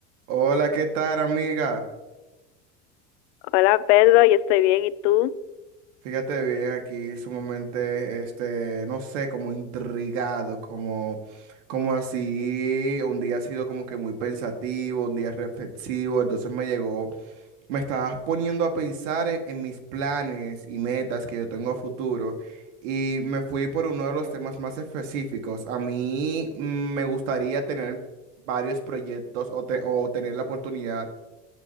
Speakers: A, on the right; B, on the left.
A: Hola, ¿qué tal, amiga?
B: Hola Pedro, yo estoy bien, ¿y tú?
A: Fíjate bien, aquí sumamente, este, no sé, como intrigado, como, como así, un día ha sido como que muy pensativo, un día reflexivo, entonces me llegó, me estabas poniendo a pensar en, en mis planes y metas que yo tengo a futuro y me fui por uno de los temas más específicos. A mí mm, me gustaría tener varios proyectos o, te- o tener la oportunidad